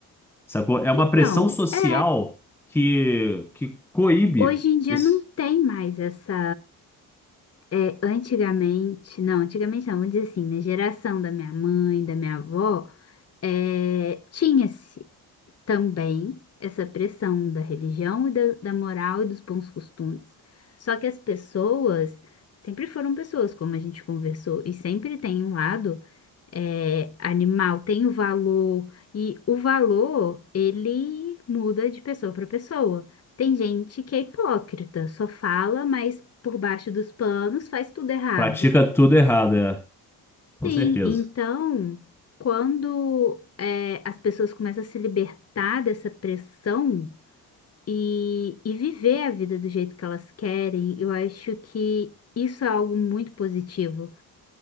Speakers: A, in the centre; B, on the left.
A: sacou? É
B: Então,
A: uma pressão social
B: é.
A: que, que coíbe
B: Hoje em dia
A: esse...
B: não tem mais essa. É, antigamente, não, antigamente não, vamos dizer assim, na geração da minha mãe, da minha avó, é, tinha-se também essa pressão da religião e da, da moral e dos bons costumes. Só que as pessoas sempre foram pessoas, como a gente conversou, e sempre tem um lado. é, animal tem o valor e o valor ele muda de pessoa para pessoa. Tem gente que é hipócrita, só fala, mas por baixo dos panos faz tudo errado.
A: Pratica tudo errado, é, com
B: Sim,
A: certeza.
B: então quando é, as pessoas começam a se libertar dessa pressão e, e viver a vida do jeito que elas querem, eu acho que isso é algo muito positivo.